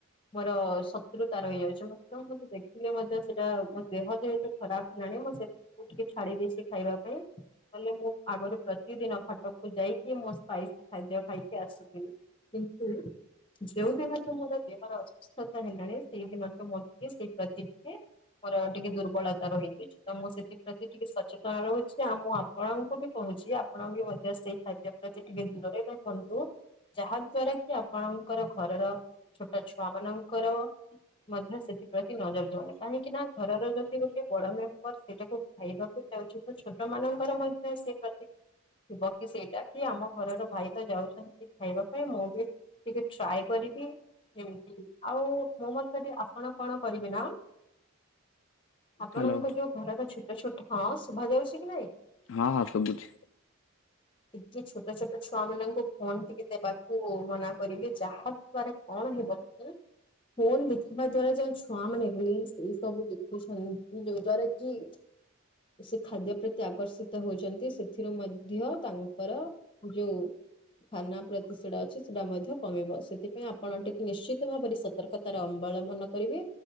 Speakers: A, on the left; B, on the left.
A: ମୋର ଶତ୍ରୁ ତା ରହିଯାଉଛି ନା ମତେ ଦେଖିଲେ ମଧ୍ୟ ସେଟା ମୋ ଦେହ ଯେହେତୁ ଖରାପ ହେଲାଣି ମୁଁ ସେ ମୁଁ ଟିକେ ଛାଡି ଦେଇଛି ସେ ଖାଇବା ପାଇଁ ହେଲେ ମୁଁ ଆଗରୁ ପ୍ରତିଦିନ କଟକକୁ ଯାଇକି ମୋ ସ୍ପାଇସି ଖାଦ୍ୟ ଖାଇକି ଆସୁଥିଲି କିନ୍ତୁ ଯୋଉ ଦିନ ତ ମୋର ଦେହର ଅସୁସ୍ଥତା ହେଲାଣି ସେଇଦିନଠୁ ମୋର ଟିକେ ସେଇ ପ୍ରତି ଟିକେ ମୋର ଟିକେ ଦୁର୍ବଳତା ରହିଯାଇଛି ତ ମୁଁ ସେଥିପ୍ରତି ଟିକେ ସଚେତନ ରହୁଛି ଆଉ ମୁଁ ଆ ଆପଣଙ୍କୁ ବି କହୁଛି ଆପଣ ବି ମଧ୍ୟ ସେଇ ଖାଦ୍ୟ ପ୍ରତି ଟିକେ ଦୂରରେ ରୁହନ୍ତୁ। ଯାହା ଦ୍ଵାରା କି ଆପଣଙ୍କର ଘରର ଛୋଟ ଛୁଆ ମାନଙ୍କର ମଧ୍ୟ ସେଥିପ୍ରତି ନଜର ଯିବନି କାହିଁକି ନା ଘରର ଯଦି ଗୋଟେ ବଡ ମେମ୍ବର ସେଟାକୁ ଖାଇବାକୁ ଯାଉଛି ତ ଛୋଟ ମାନଙ୍କର ମଧ୍ୟ ସେଇ ପ୍ରତି ଥିବ କି ସେଇଟା କି ଆମ ଘରର ଭାଇ ତ ଯାଉଛନ୍ତି ଖାଇବା ପାଇଁ ମୁଁ ବି ଟିକେ ଟ୍ରାଏ କରିବି। ଏମିତି ଆଉ ମୋ ମତରେ ଆପଣ କଣ କରିବେ ନା ଆପଣଙ୍କ
B: ହ୍ୟାଲୋ
A: ଯୋଉ ଘର ତ ଛୋଟ ଛୋଟ ହଁ ଶୁଭା ଯାଉଛି କି ନାଇଁ?
B: ହଁ ହଁ ଶୁବୁଛି।
A: ଟିକେ ଛୋଟ ଛୋଟ ଛୁଆ ମାନଙ୍କୁ ଫୋନ ଟିକେ ଦେବାକୁ ମନା କରିବେ ଯାହା ଦ୍ଵାରା କଣ ହବ କି? ଫୋନ୍ ଦେଖିବା ଦ୍ଵାରା ଯେଉଁ ଛୁଆ ମାନେ ବି ସେଇ ସବୁ ଦେଖୁଛନ୍ତି ଯୋଉ ଦ୍ଵାରା କି ସେ ଖାଦ୍ୟ ପ୍ରତି ଆକର୍ଷିତ ହଉଛନ୍ତି ସେଥିରୁ ମଧ୍ୟ ତାଙ୍କର ଯୋଉ ଖାନା ପ୍ରତି ସେଟା ଅଛି ସେଟା ମଧ୍ୟ କମିବ। ସେଥିପାଇଁ ଆପ ଆପଣ ଟିକେ ନିଶ୍ଚିତ ଭାବରେ ସତର୍କତାର ଅବଲମ୍ବନ କରିବେ।